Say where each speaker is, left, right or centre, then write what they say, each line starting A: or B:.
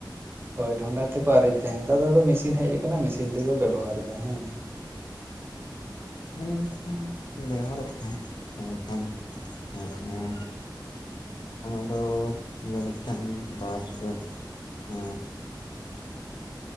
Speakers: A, on the right; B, on the left.
A: ᱦᱚᱭ ᱰᱷᱚᱸᱜᱟ ᱛᱮᱠᱚ ᱟᱨᱮᱡ ᱛᱟᱦᱮᱸᱱ ᱱᱮᱛᱟᱨ ᱫᱚ ᱟᱫᱚ ᱢᱮᱥᱤᱱ ᱦᱮᱡ ᱟᱠᱟᱱᱟ ᱢᱮᱥᱤᱱ ᱛᱮᱜᱮᱠᱚ ᱵᱮᱵᱚᱦᱟᱨᱮᱫᱟ ᱦᱮᱸ
B: ᱦᱮᱸ ᱛᱮᱦᱚᱸ ᱵᱮᱵᱷᱦᱟᱨᱚᱜ ᱛᱟᱦᱮᱸᱫᱠᱷᱟᱱ ᱦᱮᱸ ᱦᱩᱸ ᱚᱱᱟ ᱫᱚ ᱡᱟᱹᱱᱤᱡ ᱠᱷᱟᱱ ᱵᱟᱨ ᱨᱮ ᱮ